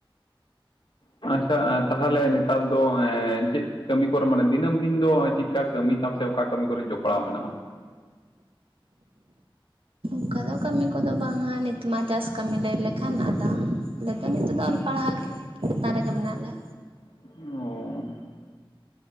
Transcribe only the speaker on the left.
ᱟᱪᱪᱷᱟ ᱮ ᱛᱟᱦᱚᱞᱮ ᱱᱮᱛᱟᱨ ᱫᱚ ᱮ ᱪᱮᱫ ᱠᱟᱹᱢᱤ ᱠᱚᱨᱮ ᱢᱟᱱᱮ ᱫᱤᱱᱟᱹᱢ ᱫᱤᱱ ᱫᱚ ᱪᱤ ᱮ ᱠᱟᱹᱢᱤ ᱛᱟᱢ ᱚᱠᱟ ᱠᱟᱹᱢᱤ ᱠᱚᱨᱮᱱ ᱡᱚᱯᱲᱟᱣ ᱢᱮᱱᱟᱜ ᱢᱟ
ᱚ